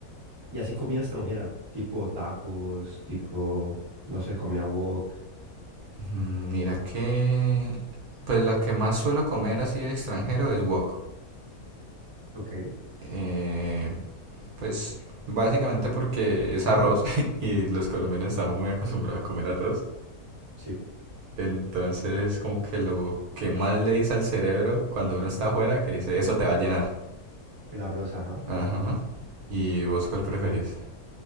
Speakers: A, on the right (about 20°); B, on the right (about 75°).
A: Y así comida extranjera, tipo tacos, tipo, no sé, comida wok.
B: Mm, Mira que, pues lo que más suelo comer así de extranjero es wok.
A: Ok,
B: Eh, pues básicamente porque es arroz <laughs> y los colombianos estamos muy acostumbrados a comer arroz.
A: sí,
B: Entonces, como que lo que más le dice al cerebro cuando uno está afuera, que dice, eso te va a llenar.
A: el arroz, ajá.
B: Ajá. ¿Y vos cuál preferís?